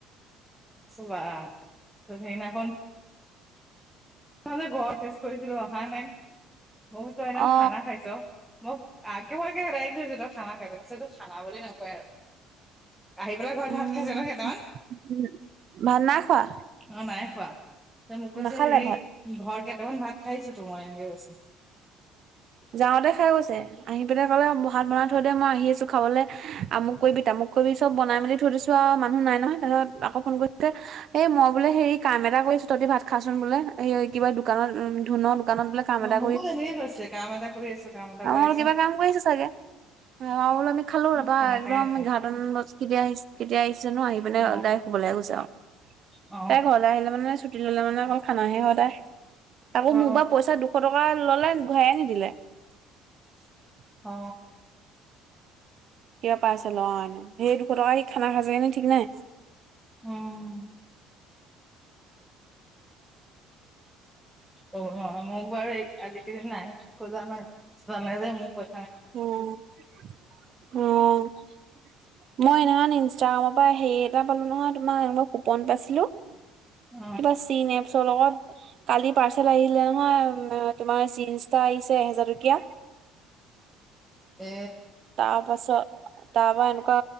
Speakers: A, in the centre; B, on the right.
A: বা ত সেইদিনা খন মই বোলো ঘৰ চেঞ্জ কৰিছিলো অহা নাই মই বোলো তই একদম
B: অ
A: খানা খাইছ। মোক আকে তাইক কৈছো তই খানা খাইছ ত কৈছে এটোক খানা বুলি নকয় আৰু আহি পেলাই ঘৰত
B: উম
A: ভাত খাইছে ন কেইটামান
B: উম ভাত নাই খোৱা
A: অ নাই খোৱা। ত, মোক কৈছে
B: নাখালে
A: হেৰি,
B: ভাত
A: ঘৰত কেইটামান ভাত খাইছো ত মই এনেকে কৈছো।
B: যাওঁতে খাই গৈছে। আহি পিনে ক'লে, ব ভাত বনাই থৈ দে মই আহি আছো খাবলে আমুক কৰিবি তামুক কৰিবি চব বনাই মেলি থৈ দিছো ত, মানুহ নাই নহয় তাৰপিছত আক ফোন কৰোতে এই মই বোলে হেৰি, কাম এটা কৰিছো। তহতে ভাত খাচোন বোলে। এই কিবা দোকানত উম, ধুনৰ দোকানত বোলে কাম
A: অ,
B: এটা
A: মোকো তেনেকে কৈছে, কাম এটা কৰি আছো কাম এটা
B: অ মই
A: কৰি
B: বোলো
A: আছো
B: কিবা কাম কৰিছে চাগে অ আমি খালো তাপা
A: খানা
B: একদম
A: খাই আছে।
B: ঘাট উম, কেতিয়া আহিছে, কেতিয়া আহিছে তাছত আহি পিনে
A: অ
B: মানে ডাইৰেক্ট শুবলে গৈছে আউ
A: অ
B: তাই ঘৰলে আহিলে মানে চুট কিনি ললে মানে অকল খানাহে হয় তাই তাকৌ
A: অ
B: মোক পা পইচা দুশ টকা ললে ঘূৰাই নিদিলে <unintelligible>
A: অ
B: কিবা পাইছে ল, সেই দুশ টকা দি খানা খাইগে নি ঠিক নাই।
A: উম অ, মোক বাৰু এই আজি কালি নাই, খোজা নাই জানে যে মোক পই
B: ঔ ঔ মই সেইদিনা খন ইনষ্টাগ্ৰামৰ পা হেৰি এটা পালো নহয় তোমাৰ এনেকুৱা কুপন পাইছিলো।
A: অ
B: কিবা চিন এপছৰ লগত। কালি পাৰ্চেল আহিলে নহয়, তোমাৰ জীন্চ এটা আহিলে এহেজাৰ টকীয়া।
A: এ
B: তাপাছত, তাপা, এনেকুৱা